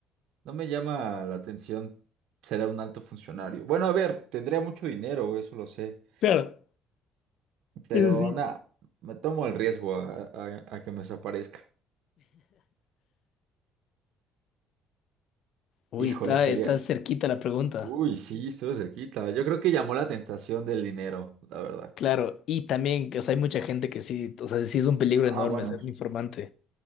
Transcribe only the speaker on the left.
Claro,
eso sí.
uy,
está,
está cerquita la pregunta.
Claro, y también, o sea, hay mucha gente que sí, o sea, sí es un peligro
enorme
ser un informante.